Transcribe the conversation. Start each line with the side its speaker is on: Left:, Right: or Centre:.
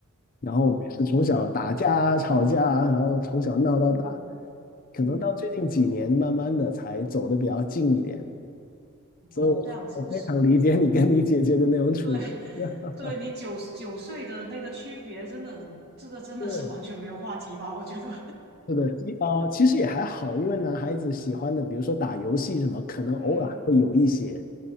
Left: 然后我们是从小打架、
Right: 哦，嗯
Left: 吵架，然后从小闹到大，
Right: 嗯
Left: 可能到最近几年慢慢的才走的比较近一点。
Right: 嗯，哦，
Left: 所以我，
Right: 这样子是，
Left: 我非常理解你跟你姐姐的那种处。
Right: 嗯，对
Left: <laughs>
Right: 对，你九九岁的那个区别真的很，这个真的是完全没有话题吧？
Left: 对。
Right: 我觉得，
Left: 是的，其呃，其实也还好，因为男孩子喜欢的，比如说打游戏什么，可能偶尔还会有一些。
Right: <laughs> 嗯。